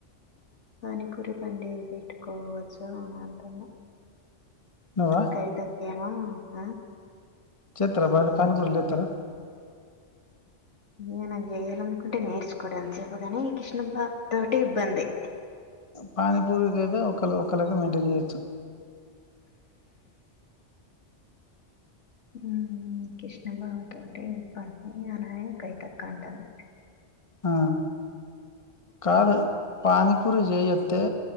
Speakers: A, on the left; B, on the left.
A: పానిపురి బండి పెట్టుకోవచ్చు అన అంటును
B: నువ్వా
A: కాయ త అ హ
B: చెత్రరా బ పనిపూర్లు చెత్తార
A: ఏన చేయాలనుకుంటే నేర్చుకోవడానికి చెపుగానే కృష్ణబాబు తోటి ఇబ్బంది
B: పానీపూరిక అయితే ఒకళ ఒక క్కల మెయింటైన్ చే
A: హమ్ కృష్ణబాబు తోటి ఇబ్బంది అలానే కైతక్క అంటంది
B: ఆ కాదు పానీ పూరి చేయొస్తే